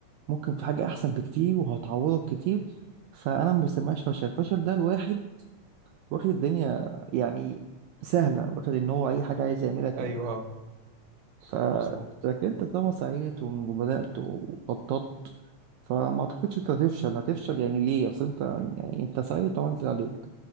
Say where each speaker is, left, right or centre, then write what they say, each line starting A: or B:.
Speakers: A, on the right (about 75°); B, on the right (about 55°).
A: ممكن في حاجة أحسن بكتير وهتعوضك كتير فأنا ما بسميهاش فشل الفشل ده الواحد واخد الدنيا يعني سهلة واخد إن هو أي حاجة عايز يعملها تبقى
B: ايوه
A: سهلة
B: اه
A: فلكن
B: مظبوط
A: انت طالما سعيت وبدأت وخططت فما اعتقدش انت هتفشل هتفشل يعني ليه اصل انت يعني انت سعيت وعملت اللي عليك